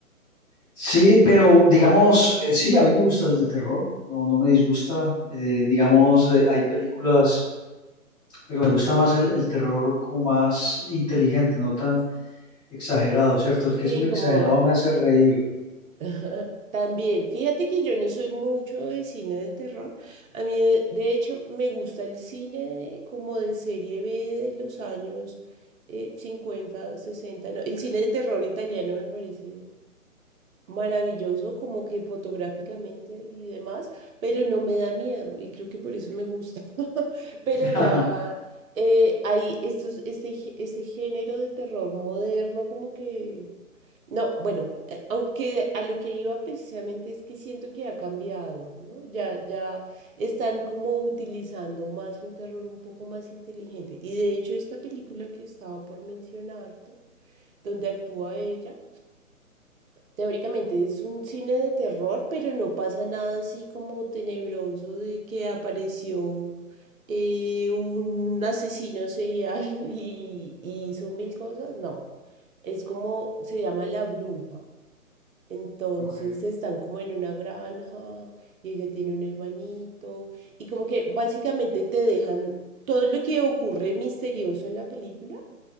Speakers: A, in the centre; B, on the right.
A: Sí, pero digamos, eh, sí, a mí me gusta el de terror, no, no me disgusta. eh, digamos, eh, hay películas, pero me gusta más el, el terror como más inteligente, no tan exagerado, ¿cierto? El que
B: Sí,
A: es muy exagerado
B: como
A: me hace
B: que-
A: reír.
B: Ajá, También, fíjate que yo no soy mucho de cine de terror. A mí, de, de hecho, me gusta el cine de- como de serie B de los años eh, 50, 60. ¿no? El cine de terror italiano me parece maravilloso, como que fotográficamente y demás, pero no me da miedo y creo que por eso me gusta. <laughs> Pero
A: <laughs>
B: ya eh, hay estos, este, gé- este género de terror moderno como que no, bueno, eh, aunque a lo que iba precisamente es que siento que ha cambiado, ¿no? Ya, ya están como utilizando más un terror un poco más inteligente. Y de hecho, esta película que estaba por mencionarte, donde actúa ella, teóricamente es un cine de terror, pero no pasa nada así como tenebroso de que apareció eh, un asesino serial <laughs> y, y hizo mil cosas. No, es como se llama La Bruja. Entonces
A: Ok,
B: están como en una granja y ella tiene un hermanito y como que básicamente te dejan todo lo que ocurre misterioso en la película,